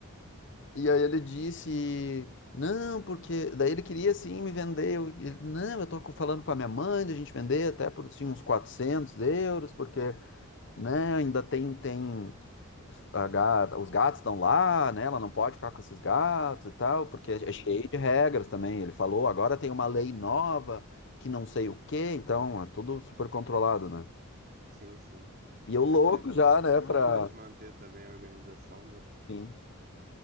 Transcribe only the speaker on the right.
Uhum.
Sim, sim.
É, é
uma
forma
de manter também a organização, né, cara?